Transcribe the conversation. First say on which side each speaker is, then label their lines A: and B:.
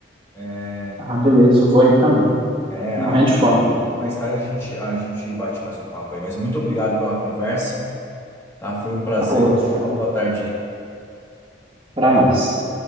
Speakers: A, on the left; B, on the right.
A: é,
B: Ah, beleza, eu vou ir também.
A: é,
B: Morrendo
A: aí
B: de fome, gente.
A: mais tarde a gente, a gente bate mais um papo aí, mas muito obrigado pela conversa, tá? Foi um prazer,
B: Falou, Rafa.
A: uma boa tarde aí.
B: Pra nós.